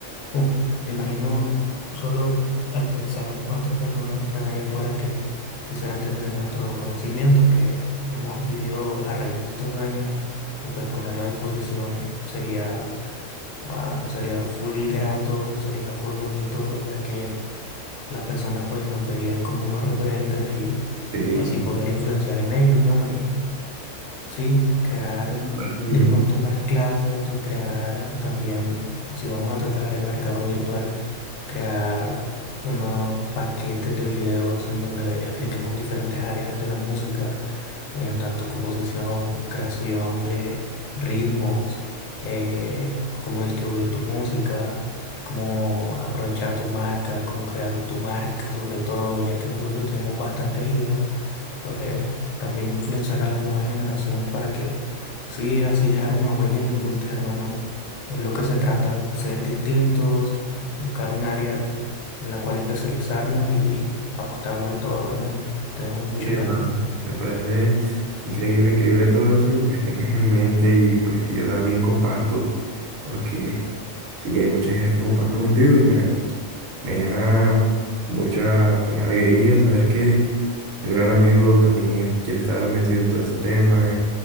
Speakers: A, on the left; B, on the right.
A: Uf, me imagino solo al pensar cuántas personas no están allá afuera que quisieran tener nuestro conocimiento que hemos adquirido a raíz de estos años y pues ponerlo a disposición sería, ah, sería full grato, sería full bonito, ya que las personas pues nos verían como unos referentes y
B: Sí,
A: así poder influenciar en ellos, ¿no? Y Sí, crear
B: me parece bien.
A: de pronto unas clases, de crear también, si vamos a atacar el mercado virtual, crear unos paquetes de videos en donde expliquemos diferentes áreas de la música, en tanto composición, creación de ritmos, eh, cómo distribuir tu música, cómo aprovechar tu marca, cómo crear tu marca sobre todo, ya que nosotros tenemos bastantes ideas pues también influenciar a las nuevas generaciones para que, sí, así dejar una huella en la industria, hermano. Es lo que se trata, ser distintos, buscar un área en la cual especializarnos y apostarlo al todo, hermano. Tenemos mucho
B: Sí, hermano,
A: talento.
B: me parece increíble, increíble todo eso que pues tengas en mente y pues que yo también comparto, porque sí, hay muchas ideas que comparto contigo y me, me llena mucha pues, alegría saber que un gran amigo también es- quiere estar metido en todo este tema eh,